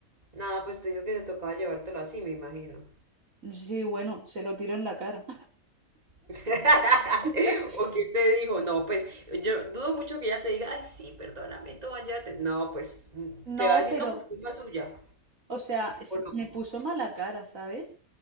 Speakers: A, on the right (about 30°); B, on the right (about 70°).
A: Nada, pues te digo que te tocaba llevártelo así, me imagino.
B: Sí, bueno, se lo tiro en la cara.
A: <laughs>
B: <laughs>
A: ¿O qué te dijo? No, pues yo dudo mucho que ella te diga, ay, sí, perdóname, toma, llévate. No, pues mm,
B: No,
A: te va a decir,
B: pero...
A: no, pues culpa suya.
B: O sea, es-
A: ¿O no?
B: me puso mala cara, ¿sabes?